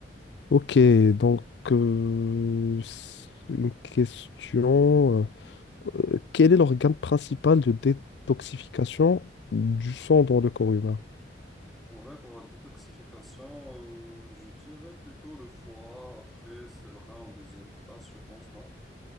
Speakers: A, on the left; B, in the centre.
A: Ok, donc euh, s- une question. euh, quel est l'organe principal de détoxification du sang dans le corps humain?
B: En vrai, pour la détoxification, euh, je dirais plutôt le foie. Après, c'est le rein en deuxième place, je pense, non